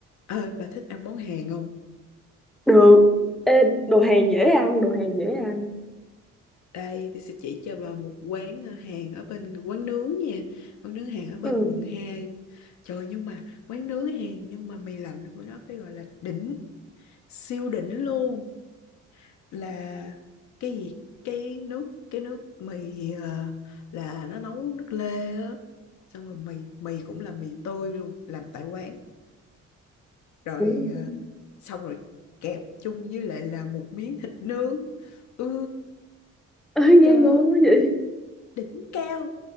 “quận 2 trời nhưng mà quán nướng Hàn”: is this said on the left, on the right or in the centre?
Left